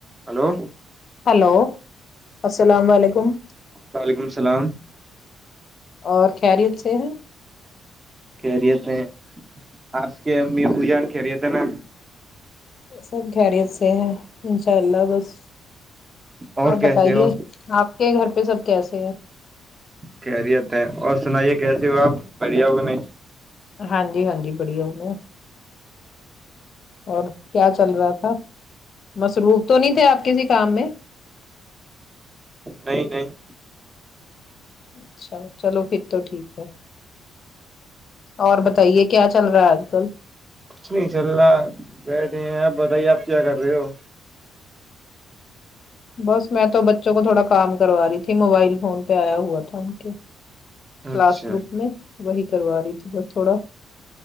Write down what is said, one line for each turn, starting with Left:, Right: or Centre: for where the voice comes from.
Right: Hello
Left: hello السلام علیکم
Right: وعلیکم السلام
Left: اور خیریت سے ہیں
Right: خیریت ہیے آپ کے امی ابو جان خیریت ہےنا
Left: سب خیریت سے ہے انشاء اللہ بس
Right: اور
Left: آپ
Right: کیسے
Left: بتائیے
Right: ہو
Left: آپ کے گھر پہ سب کیسے ہے
Right: خریت ہے اور سنائیے کیسی ہو آپ بڑھیا ہو کہ نہیں
Left: ہاں جی ہاں جی بڑھیا ہوں میں اور کیا چل رہا تھا مصروف تو نہیں تھے آپ کسی کام میں
Right: نہیں نہیں
Left: اچھا چلو پھر تو ٹھیک ہے اور بتائیے کیا چل رہا ہے آج کل
Right: ان شاء اللہ بیٹھے ہیں آپ بتائیے آپ کیا کر رہے ہو
Left: بس میں تو بچوں کو تھوڑا کام کروا رہی تھی موبائل فون پہ آیا ہوا تھا ان کے کلاس
Right: اچھا
Left: گروپ میں وہی کروا رہی تھی بس تھوڑا